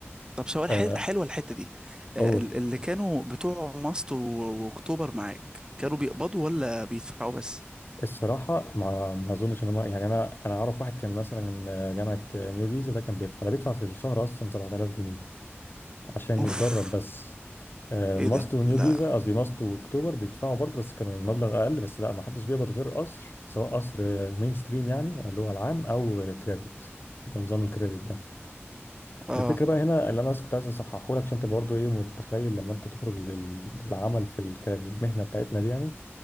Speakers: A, on the right (about 20°); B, on the left (about 50°).
A: طب سؤال
B: آه،
A: حل... حلوة الحتة دي آه،
B: اول
A: ال- اللي كانوا بتوع ماست و... واكتوبر معاك كانوا بيقبضوا ولا بيدفعوا بس؟
B: الصراحه ما ما اظنش ان هم يعني انا انا اعرف واحد كان مثلا من جامعه نيو جيزه ده كان بيدفع ده بيدفع في الشهر اصلا 7000 جنيه عشان
A: اوف
B: يتدرب بس آه،
A: ايه
B: ماست
A: ده؟
B: ونيو
A: لا
B: جيزة قصدي ماست واكتوبر بيدفعوا برضه بس كان المبلغ أقل بس لا ما حدش بيقبض غير قصر سواء قصر مين ستريم يعني اللي هو العام أو كريدت اللي هو نظام الكريدت ده
A: اه
B: الفكرة بقى هنا اللي أنا بس كنت عايز أصححه لك عشان أنت برضه إيه متخيل لما أنت تخرج لل- للعمل في الك- المهنة بتاعتنا دي يعني